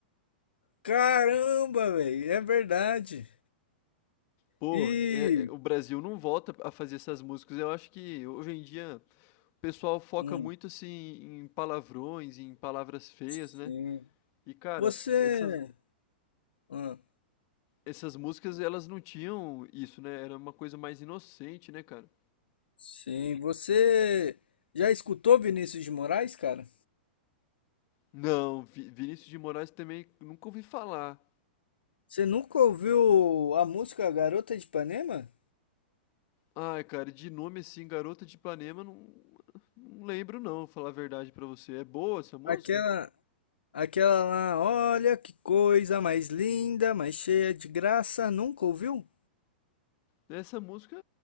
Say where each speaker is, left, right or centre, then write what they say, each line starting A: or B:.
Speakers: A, on the left; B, on the left.
A: Caramba, velho, é verdade.
B: Pô,
A: E.
B: é- é, o Brasil não volta a fazer essas músicas. Eu acho que hoje em dia o pessoal foca
A: Hum,
B: muito assim em palavrões, em palavras feias,
A: sim.
B: né? E, cara,
A: Você.
B: essas,
A: ah,
B: Essas músicas, elas não tinham isso, né? Era uma coisa mais inocente, né, cara?
A: sim, você já escutou Vinícius de Moraes, cara?
B: Não, Vi- Vinícius de Moraes também nunca ouvi falar.
A: Você nunca ouviu a música Garota de Ipanema?
B: Ai, cara, de nome assim, Garota de Ipanema, não, não lembro não, falar a verdade pra você. É boa essa música?
A: Aquela, aquela lá, olha que coisa mais linda, mais cheia de graça, nunca ouviu?
B: Essa música